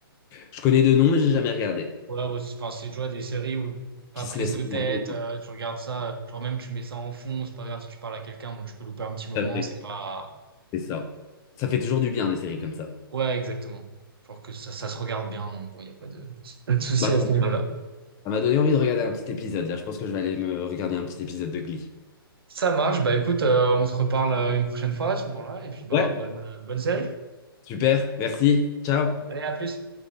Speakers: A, on the left; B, on the right.
A: Je connais de noms, mais j'ai jamais regardé.
B: Ouais, bah, c'est- enfin, c'est, tu vois, des séries où pas
A: Qui
B: prise
A: se laisse
B: de
A: regarder,
B: tête,
A: quoi.
B: euh, tu regardes ça, euh, genre même tu mets ça en fond, c'est pas grave si tu parles à quelqu'un, bon, tu peux louper un petit moment,
A: Tout à fait,
B: c'est pas.
A: C'est ça. Ça fait toujours du bien des séries comme ça.
B: Ouais, exactement. Genre que ça, ça se regarde bien, donc bon, il n'y a pas de, pas de souci
A: Bah,
B: à ce niveau-là.
A: Ça m'a donné envie de regarder un petit épisode là. Je pense que je vais aller me regarder un petit épisode de Glee.
B: Ça marche, bah écoute, euh, on se reparle euh, une prochaine fois à ce moment-là, et puis bah
A: Ouais.
B: bonne, euh, bonne série.
A: Super, merci, ciao.
B: Allez, à plus.